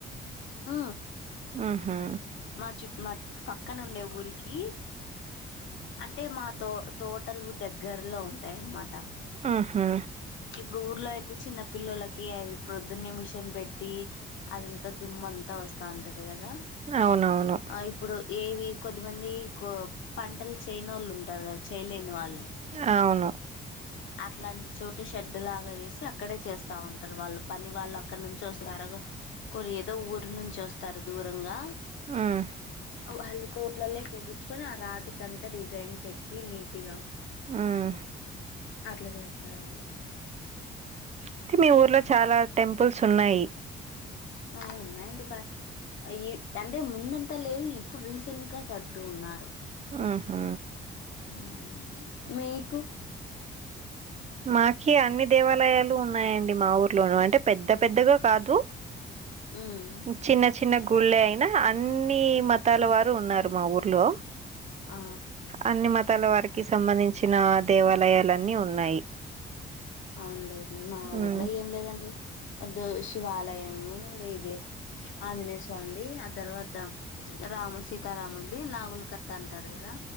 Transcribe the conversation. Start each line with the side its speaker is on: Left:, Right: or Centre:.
Left: ఆ
Right: ఆహా
Left: మా చుట్ మా పక్కన ఉండే ఊరికి అంటే మా తో తోటలు దగ్గరలో ఉంటాయ్ అన్నమాట
Right: ఆహా
Left: ఇప్పుడు ఊర్లో అయితే చిన్న పిల్లలకి అది ప్రొద్దున్న మిషన్ పెట్టి అదంతా దుమ్ము అంతా వస్తా ఉంటది కద
Right: అవునవును
Left: ఆ ఇప్పుడు ఏవి కొద్దిమంది కో పంటలు చేయనోళ్ళు ఉంటారు కదా చేయలేని వాళ్ళు
Right: అవును
Left: అట్లాంటి చోటు షెడ్ లాగా వేసి అక్కడే చేస్తా ఉంటారు వాళ్ళు పని వాళ్ళు అక్కడ నుంచి వస్తారు కొన్ని ఏదో ఊరు నుంచి వస్తారు దూరంగా
Right: మ్మ్
Left: వాళ్ళు తోట్లల్లోకి ఎప్పిచ్చుకొని ఆ రాతికి అంతా డిజైన్ చెక్కి నీటి గా
Right: మ్మ్
Left: అట్ల చేస్తారు వాళ్ళు
Right: అయితే మీ ఊర్లో చాలా టెంపుల్స్ ఉన్నాయి
Left: ఆ ఉన్నాయండి పా ఐ అంటే ముందంత లేవు ఇప్పుడు రీసెంట్ గా కడుతూ ఉన్నారు
Right: హ్మ్ హు
Left: మ్మ్ మీకు
Right: మాకి అన్ని దేవాలయాలు ఉన్నాయండి మా ఊర్లోనూ, అంటే పెద్ద పెద్దగా కాదు
Left: ఉమ్
Right: చిన్న చిన్న గుళ్ళె అయినా, అన్నీ మతాల వారు ఉన్నారు మా ఊర్లో
Left: ఆ
Right: అన్ని మతాల వారికీ సంబంధించిన దేవాలయాలన్నీ ఉన్నాయి
Left: అవున్లేండి మా ఊర్లో
Right: ఉమ్
Left: ఏం లేదండి ఒద్దు శివాలయము ది ఇదే ఆంజనేయస్వామిదీ, ఆ తర్వాత రామ సీతారాముల్ది, నాగులు కట్ ట అంటారు గదా